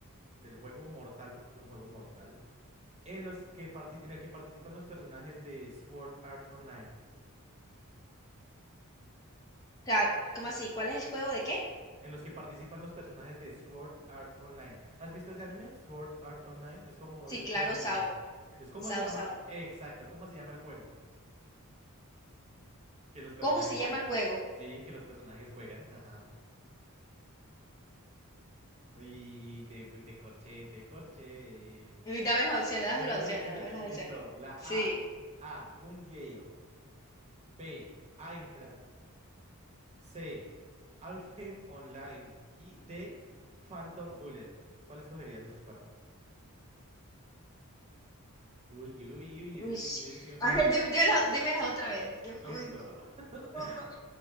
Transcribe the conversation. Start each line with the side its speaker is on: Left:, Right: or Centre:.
Right: del juego mortal, porque es un juego mortal, en los que parti- en el que participan los personajes de Sword Art Online.
Left: sea, ¿cómo así? ¿Cuál es el juego de qué?
Right: En los que participan los personajes de Sword Art Online. ¿Has visto ese anime? Sword Art Online. Es como
Left: Sí,
Right: de un
Left: claro,
Right: juego en
Left: Sao.
Right: línea. Es ¿cómo
Left: Sao,
Right: se llama?
Left: Sao.
Right: Eh, Exacto, ¿cómo se llama el juego? Que los personajes
Left: ¿Cómo se llama
Right: juegan.
Left: el juego?
Right: Sí, que los personajes juegan. Ajá. Y de, de corchete, corche.
Left: Uy, dame las opciones,
Right: ¿De
Left: dame las
Right: esas
Left: opciones,
Right: opciones?
Left: dame las
Right: Listo.
Left: opciones.
Right: La
Left: Sí.
Right: A. A. Gun Gale. B. Aincrad. C. Alfheim Online y de Phantom Bullet. ¿Cuál escogerías de esos cuatro? Uy, uy, uy, ese
Left: Uy.
Right: silencio. <laughs>
Left: A ver, dime, dímela- dímela otra vez. Dime-
Right: Listo.
Left: uy, no,
Right: <laughs>
Left: no, no.